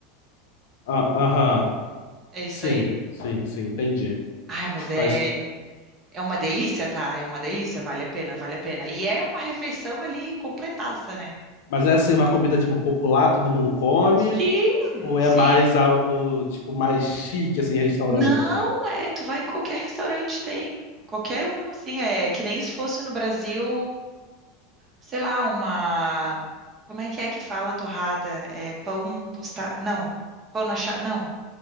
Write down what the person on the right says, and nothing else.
É isso
aí.
Ai, mas é,
é uma delícia, tá? É uma delícia, vale a pena, vale a pena. E é uma refeição ali completaça, né?
Sim,
sim.
Não, é, tu vai em qualquer restaurante, tem. Qualquer um, assim, é que nem se fosse no Brasil, sei lá, uma. Como é que é que fala torrada? É pão tostado? Não, pão na chapa? Não.